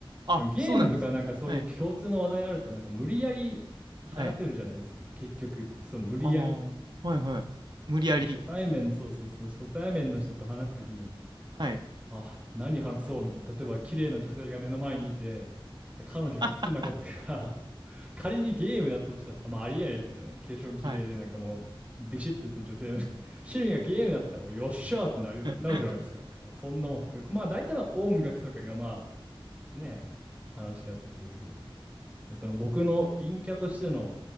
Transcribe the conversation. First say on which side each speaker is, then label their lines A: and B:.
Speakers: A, on the right; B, on the right.
A: あ、
B: でもゲームとかなんかそういう共通の話題あると、
A: そうなんですね。はい。
B: なんか無理やり話せるじゃないですか、
A: はい。
B: 結局。そう、無理やり
A: ああ、はいはい。無理やり。
B: 初対面、そうそうそう、初対面の人と話すときに、
A: はい。
B: あ、何話そうみたいな、例えば綺麗な女性が目の前にいて、で、彼女が好きなことが
A: <laughs>
B: <laughs> 仮にゲームだったとしたら、あ、まあ、ありえないですけどね、化粧綺麗で、
A: はい。
B: なんかもう、ビシッとしてる女性の <laughs> 趣味がゲームだったら、およっしゃーってなる、
A: <laughs>
B: なるじゃないですか。もうそんなもんです。まあ、大体は音楽とかが、まあ、ね、話しやすいですけど。でその僕の陰キャとしての